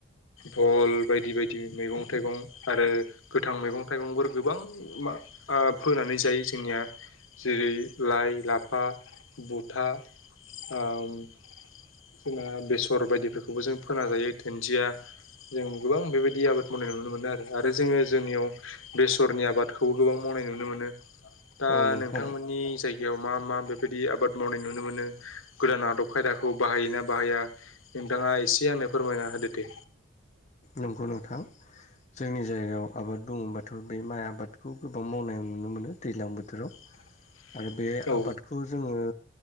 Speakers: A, on the left; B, on the left.
A: भल बायदि बायदि मैगं थाइगं आरो गोथां मैगं थाइगंफोर गोबां मा ओ फोनानै जायो जोंनिया जेरै लाइ लाफा बुथा ओम जोंना बेसर बायदिफोरखौबो जों फोना जायो दुन्जिया जों गोबां बेबायदि आबाद मावनाय नुनो मोनो आरो। आरो जोङो जोंनियाव बेसरनि आबादखौबो गोबां मावनाय नुनो मोनो दा
B: औ नोंथां
A: नोंथांमोननि जायगायाव मा मा बेफोरबाय दि आबाद मावनाय नुनो मोनो गोदान आदब खायदाखौ बाहायोना बाहाया नोंथाङा एसे आंनो फोरमायना होदो दे।
B: नोंगौ नोंथां जोंनि जायगायाव आबाद बुङोबाथ' बे माइ आबादखौ गोबां मावनाय नुनो मोनो दैलां बोथोराव
A: <inaudible>
B: आरो बे
A: औ
B: आबादखौ जोङो